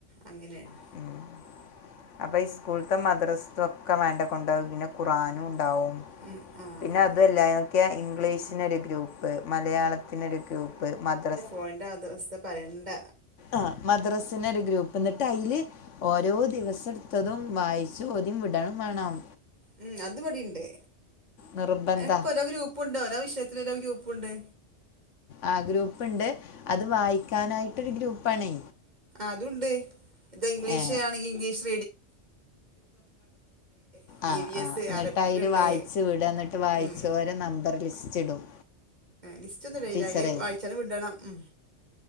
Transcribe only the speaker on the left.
<inaudible> അപ്പൊ ഈ സ്കൂള്ത്തെ മദ്രസൊക്കെ വേണ്ടേ കൊണ്ടാക പിന്നെ ഖുറാനും ഉണ്ടാവും.
പിന്നെ
അതോല്ല <unintelligible> ഇംഗ്ലീഷിന് ഒരു ഗ്രൂപ്പ് മലയാളത്തിനൊരു ഗ്രൂപ്പ്‌ മദ്രസ
ആ മദ്രസിന് ഒരു ഗ്രൂപ്പ് എന്നിട്ട് അയ്ല് ഓരോ ദിവസം ത്തതും വായിച്ചു ഓതിം വിടെയും വേണം
നിർബന്ധ
ആ ഗ്രൂപ്പ് ഉണ്ട് അത് വായിക്കാനായിട്ടൊരു ഗ്രൂപ്പാണേ
ഏ
ആ ആ
ന്നിട്ട്
അയ്ല്
വായിച്ച് വിട ന്നിട്ട് വായിച്ചോരെ
നമ്പർ ലിസ്റ്റ് ഇടും.
ടീച്ചറേ